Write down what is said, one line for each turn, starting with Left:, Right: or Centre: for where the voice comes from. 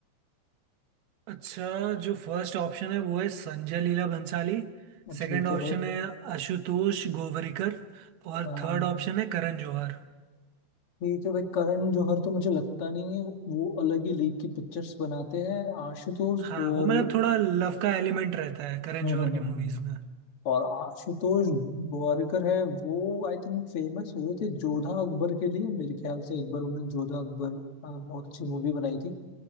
Right: अच्छा जो फर्स्ट ऑप्शन है वो है संजय लीला भंसाली सेकंड
Left: ठीक
Right: ऑप्शन
Left: है भाई
Right: है आशुतोष गोवरिकर और
Left: हाँ।
Right: थर्ड ऑप्शन है करण जौहर
Left: ठीक है भाई करण जौहर तो मुझे लगता नहीं है वो अलग ही लीग की पिक्चर्स बनाते हैं आशुतोष
Right: हाँ
Left: और
Right: वो मतलब थोड़ा लव का एलिमेंट रहता है करण
Left: हम्म
Right: जौहर
Left: हम्म,
Right: की
Left: हम्म,
Right: मूवीज
Left: हम्म।
Right: में
Left: और आशुतोष गोवारिकर है वो आई थिंक फेमस हुए थे जोधा अकबर के लिए मेरे ख्याल से एक बार उन्होंने जोधा अकबर अ, बहुत अच्छी मूवी बनाई थी